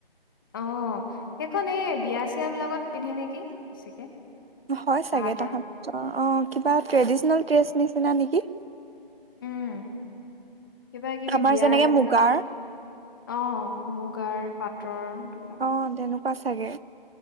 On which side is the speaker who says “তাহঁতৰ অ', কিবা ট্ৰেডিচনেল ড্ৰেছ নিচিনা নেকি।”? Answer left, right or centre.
Right